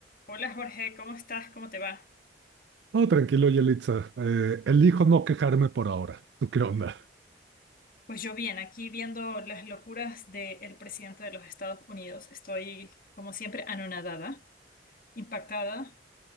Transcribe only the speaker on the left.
Hola Jorge, ¿cómo estás? ¿Cómo te va?
Pues yo bien, aquí viendo las locuras del presidente de los Estados Unidos. Estoy, como siempre, anonadada, impactada.